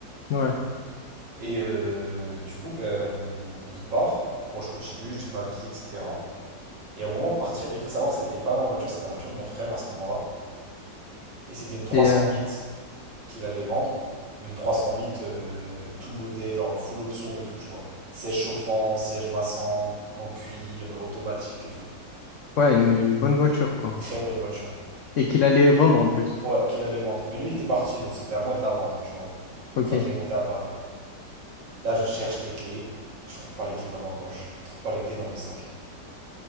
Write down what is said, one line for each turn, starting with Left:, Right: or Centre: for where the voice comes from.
Left: ouais.
Right: Et euh, du coup, ben, on... il part. Moi, je continue, je fais ma vie, etc. Et au moment de partir, il faut savoir que c'était pas ma voiture, c'était la voiture de mon frère à ce moment-là. Et c'était une trois
Left: C'est
Right: cent
Left: euh,
Right: huit qu'il allait vendre. Une 308 euh, tout modèle, genre full option et tout, tu vois. Siège chauffant, siège massant, en cuir, automatique et tout.
Left: ouais, une, une bonne voiture, quoi.
Right: Très bonne voiture.
Left: Et qu'il allait vendre en plus.
Right: Ouais, qu'il allait vendre. Mais lui, il était parti, donc c'était à moi de la vendre, tu vois.
Left: Ok.
Right: Une fois que j'avais monté à Paris. Là, je cherche les clés. Je trouve pas les clés dans ma poche. Je trouve pas les clés dans mon sac.